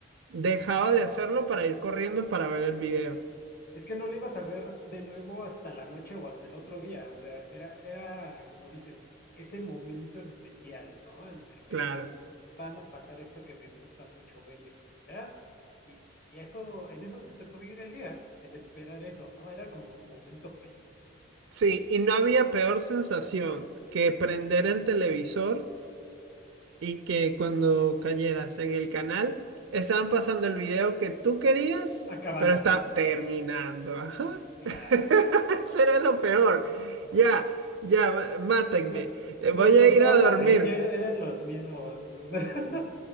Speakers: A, on the right; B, on the left.
A: dejaba de hacerlo para ir corriendo para ver el video,
B: Es que no lo ibas a ver de nuevo hasta la noche o hasta el otro día. O sea, era, era como dices, ese momento especial, ¿no? En el que
A: claro.
B: dices, van a pasar esto que me gusta mucho ver y escuchar. Y, y eso, en eso se te puede ir el día, en esperar eso, ¿no? Era como tu momento feliz del día.
A: Sí, y no había peor sensación que prender el televisor y que cuando cayeras en el canal estaban pasando el video que tú querías,
B: Acabando.
A: pero está terminando. Ajá.
B: Claro,
A: <laughs> será
B: por favor.
A: lo peor. Ya, ya, ma- mátenme.
B: Nu-
A: Eh, Voy
B: Nuestros
A: a ir
B: traumas
A: a dormir.
B: de niño er- eran los mismos. <laughs>